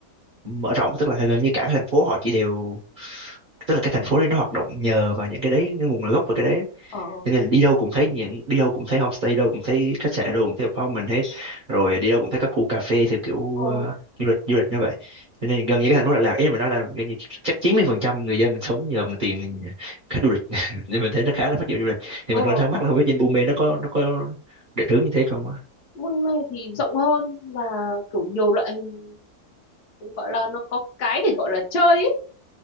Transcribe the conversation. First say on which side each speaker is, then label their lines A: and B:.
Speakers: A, on the right; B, on the left.
A: mở rộng tức là gần như cả thành phố họ chỉ đều tức là cái thành phố đấy nó hoạt động nhờ vào những cái đấy cái nguồn gốc của cái đấy á.
B: Ờ,
A: cho nên là đi đâu cũng thấy những đi đâu cũng thấy homestay đâu cũng thấy khách sạn đâu cũng thấy apartment hết rồi đi đâu cũng thấy các khu cà phê theo kiểu
B: ờ,
A: ờ, du lịch du lịch như vậy cho nên gần như cái thành phố Đà Lạt ý mà nói là gần như chắc 90% người dân sống nhờ bằng tiền khách du lịch <laughs> nên mình thấy nó khá là phát triển du lịch thì
B: ờ.
A: mình còn thắc mắc là không biết trên Bume nó có nó có định hướng như thế không á
B: Buôn Mê thì rộng hơn và kiểu nhiều loại hình gọi là nó có cái để gọi là chơi ấy.